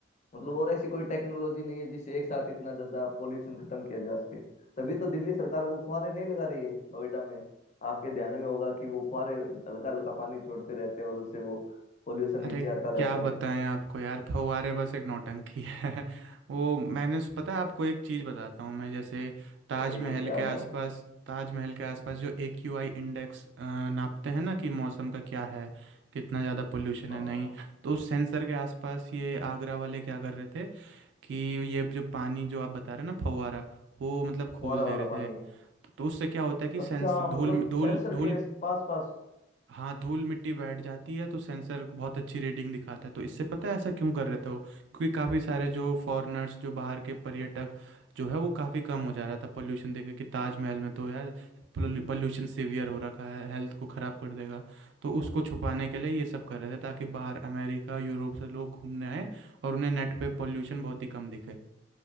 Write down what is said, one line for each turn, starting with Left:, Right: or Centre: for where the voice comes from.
Left: मतलब और ऐसी कोई टेक्नोलॉजी नहीं है जिससे एक साथ इतना ज्यादा पोल्यूशन खत्म किया जा सके तभी तो दिल्ली सरकार वो फुहारे नहीं लगा रही है नोएडा में आपके ध्यान में होगा कि वो फुहारे हल्का हल्का पानी छोड़ते रहते हैं और उससे वो पोल्यूशन
Right: अरे
Left: नीचे आता
Right: क्या
Left: रहता
Right: बताएं
Left: है
Right: आपको यार फव्वारे बस एक नौटंकी है <laughs> वो मैंने पता है आपको एक चीज़ बताता हूँ मैं जैसे ताजमहल
Left: बताइए क्या
Right: के आसपास
Left: बात है
Right: ताजमहल के आसपास जो ए क्यू आई इंडेक्स नापते हैं ना कि मौसम का क्या है कितना ज़्यादा पोल्यूशन
Left: हाँ
Right: है नहीं तो उस सेंसर के आसपास ये आगरा वाले क्या कर रहे थे कि ये जो पानी जो आप बता रहे हैं ना फव्वारा वो मतलब खोल
Left: फुहारा
Right: दे
Left: वाला
Right: रहे थे
Left: पानी
Right: तो, तो उससे क्या होता है कि
Left: अच्छा
Right: सेंस धूल
Left: मतलब
Right: धूल
Left: सेंसर
Right: धूल
Left: के पास पास
Right: हाँ धूल मिट्टी बैठ जाती है तो सेंसर बहुत अच्छी रीडिंग दिखाता है तो इससे पता है ऐसा क्यों कर रहे थे वो क्योंकि काफ़ी सारे जो फॉरेनर्स जो बाहर के पर्यटक जो है वो काफ़ी कम हो जा रहा था पोल्यूशन देख के कि ताजमहल में तो यार पोल्यूशन सीवियर हो रखा है हेल्थ को ख़राब कर देगा तो उसको छुपाने के लिए ये सब कर रहे थे ताकि बाहर अमेरिका यूरोप से लोग घूमने आए और उन्हें नेट पे पोल्यूशन बहुत ही कम दिखे